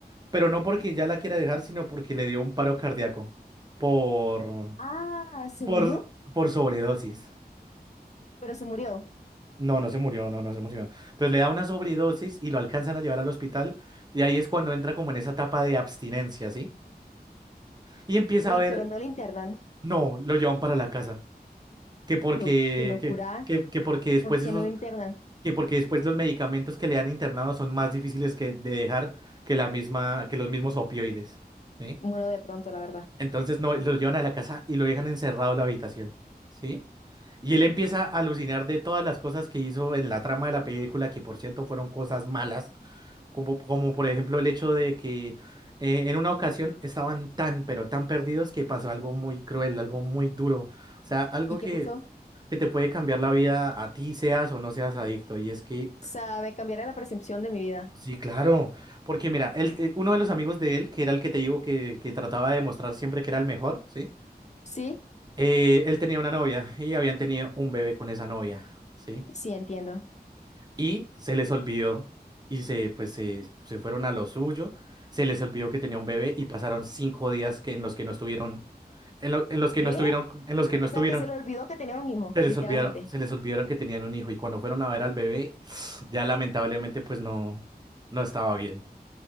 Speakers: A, on the right; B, on the left.
A: pero no porque ya la quiera dejar, sino porque le dio un paro cardíaco por,
B: Ah, se
A: por,
B: murió,
A: por sobredosis.
B: pero se murió.
A: No, no se murió, no, no se murió. Entonces le da una sobredosis y lo alcanzan a llevar al hospital y ahí es cuando entra como en esa etapa de abstinencia, ¿sí? Y empieza
B: Uy,
A: a ver,
B: pero no le internan.
A: no, lo llevan para la casa, que porque,
B: Yo, Qué locura,
A: que, que, que porque después
B: ¿por qué
A: esos,
B: no le internan?
A: que porque después los medicamentos que le han internado son más difíciles que de dejar que la misma, que los mismos opioides. ¿sí?
B: Bueno, de pronto, la verdad.
A: Entonces no, lo llevan a la casa y lo dejan encerrado en la habitación, ¿sí? Y él empieza a alucinar de todas las cosas que hizo en la trama de la película, que por cierto fueron cosas malas, como, como por ejemplo el hecho de que eh, en una ocasión estaban tan, pero tan perdidos que pasó algo muy cruel, algo muy duro, o sea, algo
B: ¿Y qué
A: que,
B: pasó?
A: que te puede cambiar la vida a ti, seas o no seas adicto. Y es que,
B: O sea, me cambiará la percepción de mi vida.
A: sí, claro, porque mira, él- él- uno de los amigos de él, que era el que te digo que, que trataba de demostrar siempre que era el mejor, ¿sí?
B: Sí,
A: Eh, él tenía una novia y habían tenido un bebé con esa novia, ¿sí?
B: sí, entiendo.
A: Y se les olvidó y se, pues, se, se fueron a lo suyo, se les olvidó que tenía un bebé y pasaron cinco días que, en los que no estuvieron, en, lo- en los que
B: ¿Qué?
A: no estuvieron, en los que no
B: O
A: estuvieron.
B: sea que se le olvidó que tenía un hijo,
A: Se les
B: literalmente.
A: olvidaron, se les olvidaron que tenían un hijo y cuando fueron a ver al bebé, <sniffs> ya lamentablemente pues no, no estaba bien,